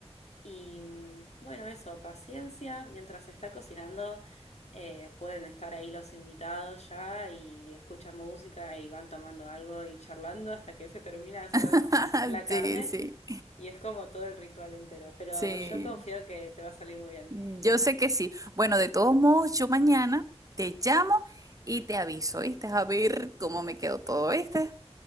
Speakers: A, on the left; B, on the right.
A: Y mm, bueno, eso, paciencia. Mientras se está cocinando, eh, pueden estar ahí los invitados ya y escuchan música y van tomando algo y charlando hasta que se termina de hacer
B: <laughs>
A: la carne.
B: Sí, sí,
A: Y es como todo el ritual entero. Pero
B: sí.
A: yo confío que te va a salir muy bien.
B: Yo sé que sí. Bueno, de todos modos, yo mañana te llamo y te aviso, ¿viste? A ver cómo me quedó todo, ¿viste?